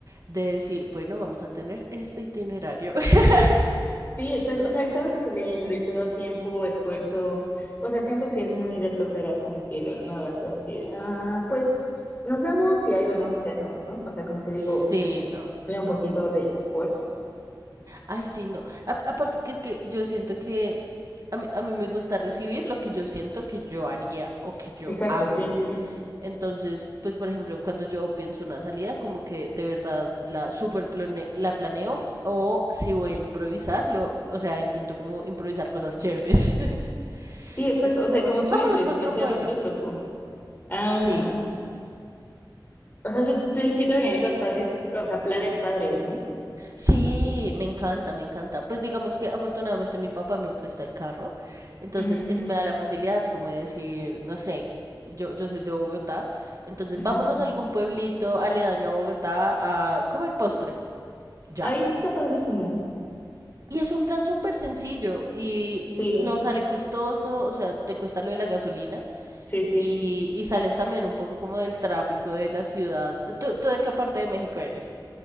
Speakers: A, on the right; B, on the left.
A: de decir, bueno, vamos a tener este itinerario. <laughs>
B: Sí, exacto, o sea, y sabes que le invirtió tiempo, esfuerzo, o sea, siento que es muy de flojera como que de la nada sea así, de, ah, pues nos vemos y ahí vemos qué hacemos, ¿no? O sea, como que
A: Sí,
B: digo,
A: no.
B: ponle un poquito de esfuerzo.
A: Ay, sí, no. A- aparte que es que yo siento que a mí, a mí me gusta recibir lo que yo siento que yo haría o que yo
B: Exacto,
A: hago.
B: sí, sí, sí.
A: Entonces, pues por ejemplo, cuando yo pienso una salida, como que de verdad la super plane- la planeo o si voy a improvisarlo, o sea, intento como improvisar cosas chéveres. <laughs>
B: Sí, exacto.
A: Es como,
B: O sea, y como tú
A: vámonos
B: dices,
A: para
B: que
A: otro
B: sea
A: pueblo.
B: recíproco. Ah,
A: Sí,
B: o sea, si tú sí te organizas padres, o sea, planes padres, ¿no?
A: sí, me encanta, me encanta. Pues digamos que afortunadamente mi papá me presta el carro, entonces
B: Ujú,
A: eso me da la facilidad como de decir, no sé, yo, yo soy de Bogotá, entonces
B: ujú,
A: vámonos
B: ujú.
A: a algún pueblito aledaño a Bogotá a comer postre. Ya.
B: Ahí eso está padrísimo.
A: Y es un plan súper sencillo y n-
B: Sí,
A: no sale costoso, o sea, te cuesta lo de la gasolina
B: sí, sí.
A: y, y sales también un poco como del tráfico de la ciudad. ¿Tú, tú de qué parte de México eres?